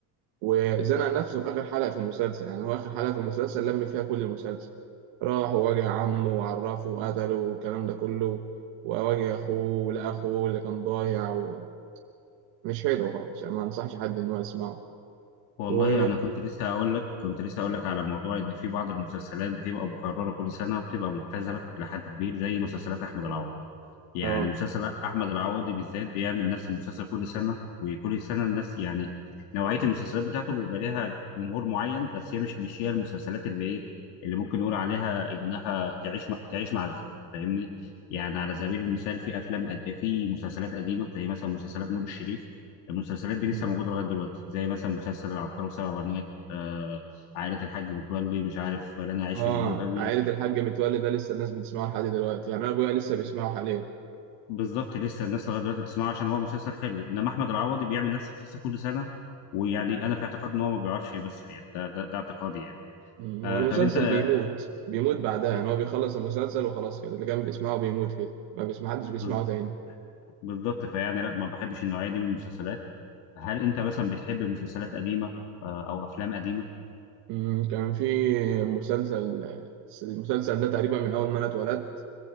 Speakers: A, on the right; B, on the left.
A: وزنق نفسه في آخر حلقة في المسلسل يعني هو آخر حلقة في المسلسل لم فيها كل المسلسل راح وواجه عمه وعرفه وقتله والكلام ده كله وواجه أخوه لأخوه اللي كان ضايع و... مش حلو خالص يعني ما انصحش حد ان هو يسمعه
B: والله
A: و
B: انا كنت لسه هقول لك كنت لسه هقول لك على موضوع ان في بعض المسلسلات بتبقى مكررة كل سنة وبتبقى مبتذلة الى حد كبير زي مسلسلات احمد العوضي يعني
A: اه
B: مسلسل احمد العوضي بالذات بيعمل نفس المسلسل كل سنه وكل سنه الناس يعني نوعيه المسلسلات بتاعته بيبقى ليها جمهور معين بس هي مش مش هي المسلسلات اللي ايه اللي ممكن نقول عليها انها تعيش مع تعيش مع الزمن فاهمني يعني على سبيل المثال في افلام قد... في مسلسلات قديمه زي مثلا مسلسلات نور الشريف المسلسلات دي لسه
A: مم.
B: موجوده لغايه دلوقتي زي مثلا مسلسل العطار وسبع بنات آه... عائله الحاج متولي مش عارف لا انا عايش
A: اه
B: في جلباب ابي
A: عائلة الحاج متولي ده لسه الناس بتسمعه لحد دلوقتي يعني انا ابويا لسه بيسمعه حاليا
B: بالظبط لسه الناس لغايه دلوقتي بتسمعه عشان هو مسلسل حلو انما احمد العوضي بيعمل نفس القصه كل سنه ويعني انا في اعتقاد ان هو ما بيعرفش يمثل يعني ده ده, ده اعتقادي يعني
A: مم.
B: آه
A: هو المسلسل
B: طب انت
A: بيموت بيموت بعدها
B: انت
A: يعني هو بيخلص المسلسل وخلاص كده اللي كان بيسمعه بيموت كده ما بيسمع حدش بيسمعه
B: بز-
A: تاني
B: بالظبط فيعني لا ما بحبش النوعيه دي من المسلسلات هل انت مثلا بتحب مسلسلات قديمه آه او افلام قديمه
A: مم. كان في مسلسل المسلسل ده تقريبا من اول ما انا اتولدت